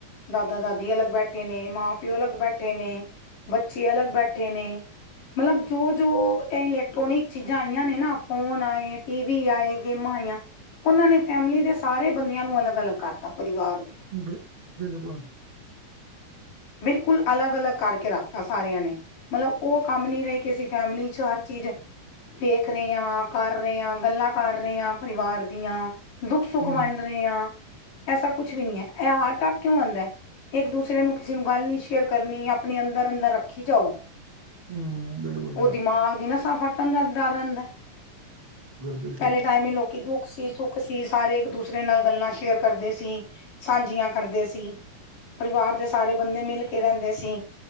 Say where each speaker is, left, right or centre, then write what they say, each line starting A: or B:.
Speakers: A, on the left (about 70°); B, on the right (about 40°).
A: ਦਾਦਾ-ਦਾਦੀ ਅਲੱਗ ਬੈਠੇ ਨੇ, ਮਾਂ- ਪਿਓ ਅਲੱਗ ਬੈਠੇ ਨੇ। ਬੱਚੇ ਅਲੱਗ ਬੈਠੇ ਨੇ। ਮਤਲਬ ਜੋ-ਜੋ ਇਹ ਇਲੈਕਟ੍ਰੋਨਿਕ ਚੀਜ਼ਾਂ ਆਈਆਂ ਨੇ, ਨਾ ਫ਼ੋਨ ਆਏ, ਟੀ ਵੀ ਆਏ। ਗੇਮਾਂ ਆਈਆਂ, ਉਹਨਾਂ ਨੇ ਫੈਮਿਲੀ ਦੇ ਸਾਰੇ ਬੰਦਿਆਂ ਨੂੰ ਅਲੱਗ-ਅਲੱਗ ਕਰਤਾ ਪਰਿਵਾਰ ਦੇ।
B: ਬ ਬਿਲਕੁਲ।
A: ਬਿਲਕੁਲ, ਅਲੱਗ-ਅਲੱਗ ਕਰਕੇ ਰੱਖਤਾ ਸਾਰਿਆਂ ਨੇ ਮਲਬ ਉਹ ਕੰਮ ਨੀ ਰਹੇ ਕੇ, ਅਸੀਂ ਫੈਮਿਲੀ ਚ ਹਰ ਚੀਜ਼ ਵੇਖ ਰਹੇ ਆ, ਕਰ ਰਹੇ ਆ, ਗੱਲਾਂ ਕਰ ਰਹੇ ਆ, ਪਰਿਵਾਰ ਦੀਆਂ। ਦੁੱਖ-ਸੁੱਖ
B: ਹਮ
A: ਵੰਡ ਰਹੇ ਆ। ਐਸਾ ਕੁਛ ਵੀ ਨੀ ਐ, ਇਹ ਹਾਰ ਢੱਕ ਕਿਉਂ ਆਉਂਦਾ? ਇਕ- ਦੂਸਰੇ ਨੂੰ ਕਿਸੇ ਨੂੰ ਗੱਲ ਨੀ ਸ਼ੇਅਰ ਕਰਨੀ। ਆਪਣੇ ਅੰਦਰ-ਅੰਦਰ ਰੱਖੀ ਜਾਓ।
B: ਹੂੰ, ਬਿਲਕੁਲ-ਬਿਲਕੁਲ-ਬਿਲਕੁਲ,
A: ਉਹ ਦਿਮਾਗ ਦੀ ਨਾ ਫੱਟਣ ਦਾ ਡਰ ਰਹਿੰਦਾ।
B: ਬਿਲਕੁਲ।
A: ਪਹਿਲੇ ਟਾਈਮ ਹੀ ਲੋਕੀ ਦੁੱਖ ਸੁੱਖ ਸੀ, ਸਾਰੇ ਇੱਕ ਦੂਸਰੇ ਨਾਲ ਗੱਲਾਂ ਸ਼ੇਅਰ ਕਰਦੇ ਸੀ। ਸਾਂਝੀਆਂ ਕਰਦੇ ਸੀ। ਪਰਿਵਾਰ ਦੇ ਸਾਰੇ ਬੰਦੇ ਮਿਲ ਕੇ ਰਹਿੰਦੇ ਸੀ।